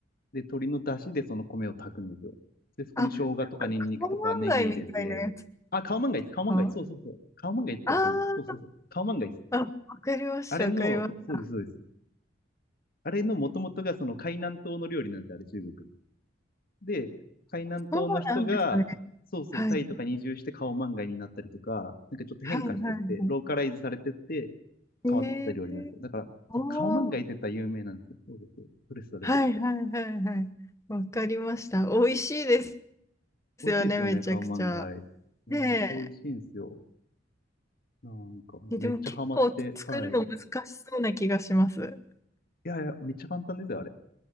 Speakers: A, on the left (about 50°); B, on the left (about 15°).
A: で、鶏の出汁でその米を炊くんですよ。で、そこに生姜とかニンニクとかネギ入れて、
B: あ、なんかカオマンガイみたいなやつ
A: あ、カオマンガイです。カオマンガイ。
B: か
A: そうそうそう。カオマンガイってわかるんですそうそうそう。
B: あー
A: カオマンガイです。
B: あ、わかりました、
A: あれの、
B: わかりました。
A: そうです、そうです。あれの元々がその海南島の料理なんですよ、あれ中国の。で、海南島の人が、
B: そうなんですね。
A: そうそう、
B: はい、
A: タイとかに移住して顔漫画になったりとか、なんかちょっと変化してって、
B: はい、はい。は
A: ローカライズされてって、
B: いえー、
A: 変わってった料理なんですよ。だから、
B: おー、
A: そう顔漫画って言ったら有名なんですよ。そうですそれそれ。
B: はい、はい、はい、はい。わかりました。美味しいです
A: 美味しいですよね、
B: よね、めちゃくちゃ。
A: 顔漫画。いや、
B: ね
A: めっちゃ美味しいんですよ。
B: え。
A: なんか、ほんとめっちゃハマって、
B: え、でも結構作るの難しそうな気がします。
A: はい。いやいや、めっちゃ簡単ですよ、あれ。